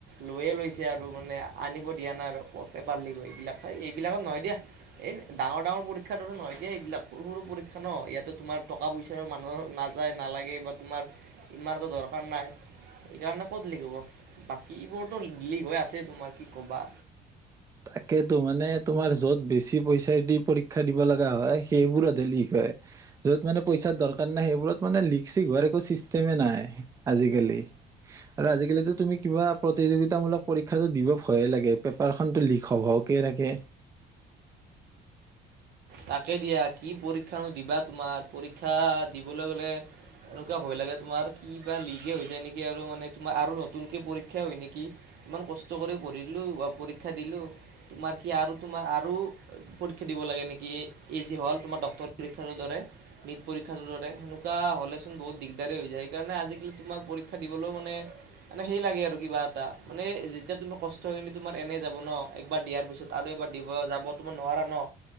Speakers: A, on the right (about 70°); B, on the right (about 20°).
A: লৈয়ে লৈছে আৰু মানে আনিব দিয়া নাই আৰু ক'ত পেপাৰ লিক হয় এইবিলাক এইবিলাকত নহয় দিয়া। এই ডাঙৰ ডাঙৰ পৰীক্ষাৰ দৰে নহয় এতিয়া এইবিলাক সৰু সৰু পৰীক্ষা ন' ইয়াতে তোমাৰ টকা পইচাৰ মানুহৰ- যাই নালাগে বা তোমাৰ ইমানতো দৰকাৰ নাই। সেইকাৰণে ক'ত লিক হ'ব। বাকী বোৰতো লিক হৈ আছে তোমাৰ কি কবা।
B: তাকেই তো মানে তোমাৰ য'ত বেছি পইচাই দি পৰীক্ষা দিব লগা হয় সেইবোৰত হে লিক হয়। য'ত মানে পইচাৰ দৰকাৰ নাই সেইবোৰত মানে লিক চিক হোৱাৰ একো চিষ্টেমে নাই আজিকালি। আৰু আজিকালি তো তুমি কিবা প্ৰতিযোগিতামূলক পৰীক্ষাটো দিব ভয়ে লাগে পেপাৰ খনো টো লিক কমকে থাকে।
A: তাকে দিয়া কি পৰীক্ষা নো দিবা তোমাৰ পৰীক্ষা দিবলৈ গ'লে- এনেকুৱা ভয় লাগে তোমাৰ কি বা লিক হৈ যায় নেকি আৰু মানে তোমাৰ আৰু নতুনকে পৰীক্ষা হয় নেকি। ইমান কষ্ট কৰি পঢ়িলো বা পৰীক্ষা দিলো তোমাৰ কি আৰু তোমাৰ আৰু পৰীক্ষা দিব লাগে নেকি। কি এই যি হ'ল তোমাৰ ডক্তৰ পৰীক্ষা টোৰ দৰে নীট পৰীক্ষাৰ টোৰ দৰে সেনেকুৱা হ'লে চোন বহুত দিগদাৰ হৈ যায়। সেইকাৰণে আজিকালি তোমাৰ পৰীক্ষা দিবলৈও মানে মানে সেই লাগে আৰু কিবা এটা মানে যেতিয়া তোমাৰ কষ্ট হৈ খিনি তোমাৰ এনেই যাব ন' একবাৰ দিয়াৰ পিছত আৰু এবাৰ দিব যাব তোমাৰ নোৱাৰা ন'।